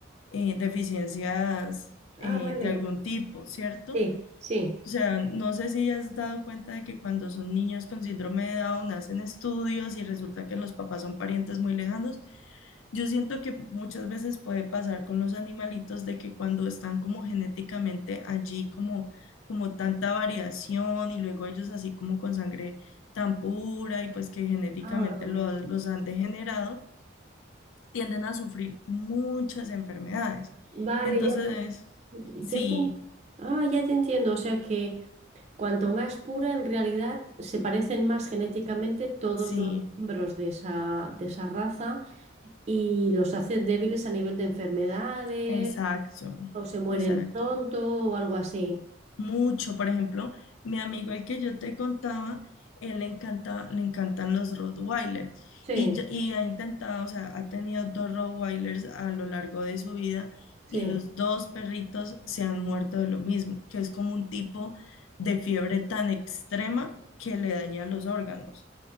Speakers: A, on the left; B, on the right.
A: eh, deficiencias eh,
B: Ah, vale.
A: de algún tipo, ¿cierto?
B: Sí, sí.
A: O sea, no sé si has dado cuenta de que cuando son niños con síndrome de Down hacen estudios y resulta que los papás son parientes muy lejanos. Yo siento que muchas veces puede pasar con los animalitos de que cuando están como genéticamente allí, como, como tanta variación y luego ellos así como con sangre tan pura y pues que genéticamente
B: Ah,
A: lo- los han degenerado, tienden a sufrir muchas enfermedades.
B: vale,
A: Entonces,
B: ya te,
A: sí,
B: ya te- ah, ya te entiendo. O sea que cuanto más pura, en realidad se parecen más genéticamente todos
A: sí.
B: los miembros de esa, de esa raza y los hacen débiles a nivel de enfermedades
A: Exacto,
B: o se mueren
A: exacto.
B: pronto o algo así.
A: Mucho, por ejemplo, mi amigo el que yo te contaba, él le encanta, le encantan los Rottweilers
B: Sí.
A: y, ya- y ha intentado, o sea, ha tenido dos Rottweilers a lo largo de su vida
B: Sí,
A: y los dos perritos se han muerto de lo mismo, que es como un tipo de fiebre tan extrema que le daña los órganos.